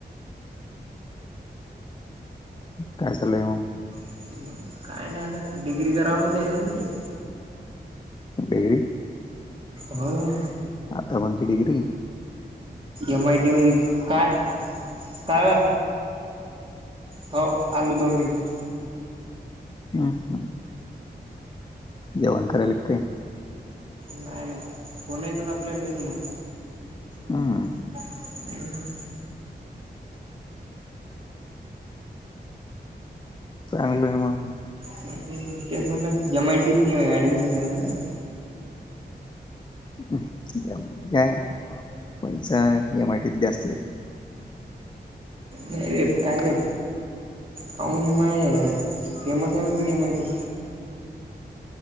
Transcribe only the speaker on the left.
काय चालय मग?
डिग्री
आता कोणती डिग्री?
हम्म जेवण करायल की काय?
हम्म.
चांगलं आहे मंग.
हम्म एम आय टी काय पैसा या एम आय टी त जास्त आहे.